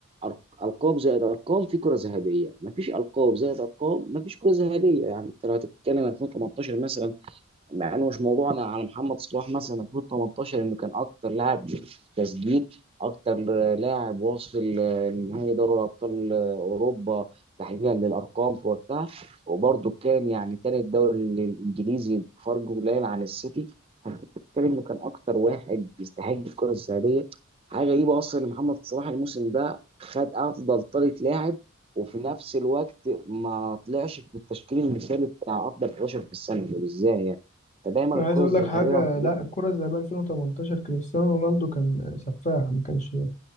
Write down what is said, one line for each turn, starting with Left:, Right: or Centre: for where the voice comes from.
Right: أر- القاب زائد ارقام في كرة ذهبية مفيش القاب زائد ارقام مفيش كرة ذهبية يعني انت لو هتتكلم 2018 مثلا مع انه مش موضوعنا على محمد صلاح مثلا 2018 انه كان اكتر لاعب تسديد اكتر لاعب واصل لنهائي دوري ابطال اوروبا تحديدا للارقام في وقتها وبرضه كان يعني تالت دوري الانجليزي بفرق قليل عن السيتي فأنت بتتكلم انه كان اكتر واحد يستحق الكره الذهبيه حاجه غريبه اصلا ان محمد صلاح الموسم ده خد افضل طريقه لاعب وفي نفس الوقت ما طلعش في التشكيل المثالي بتاع افضل 11 في السنه ازاي يعني فدايما
Left: أنا
Right: الكرة
Left: عايز أقول
Right: الذهبية
Left: لك حاجة
Right: ما بتبقاش
Left: لا الكرة الذهبية 2018 كريستيانو رونالدو كان سفاح ما كانش